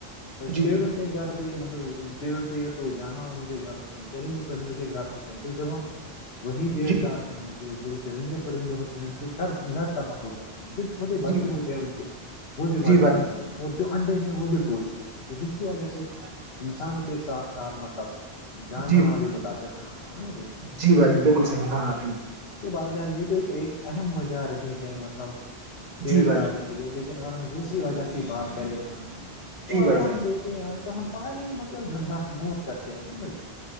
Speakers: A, on the right; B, on the left.
A: جی
B: پیڑوں کی کے گھر پہ مطلب پیڑ پیڑ تو جانوروں کے گھر ہوتے ہیں چرند پرند کے گھر ہوتے ہیں تو جب ہم وہی پیڑ
A: جی
B: کا ہیں تو جو چرندے پرندے ہوتے ہیں ان کے گھر تباہ ہو جاتے ہیں جو چھوٹے بچے
A: جی
B: ہوتے ہیں ان کے وہ بھی مر
A: جی بھائی
B: جاتے ہیں اور جو انڈے ہیں وہ بھی ٹوٹ جاتے ہیں تو جس کی وجہ سے
A: اچ
B: انسانوں کے ساتھ ساتھ مطلب جانور
A: جی بھائی
B: بھی متاثر ہوتے ہیں نا یہ
A: جی بھائی جان بالکل صحیح کہا آپ نے
B: تو بائی چان یہ تو ایک ایک اہم مجہ رہی ہے مطلب پیڑ
A: جی بھائی
B: کاٹنے کی لیکن اگر ہم دوسری وجہ کی بات کریں تو
A: جی
B: اگر
A: بھائی
B: ہم
A: جان
B: دیکھیں آج کل ہم پانی مطلب گندا بہت کرتے ہیں نا جی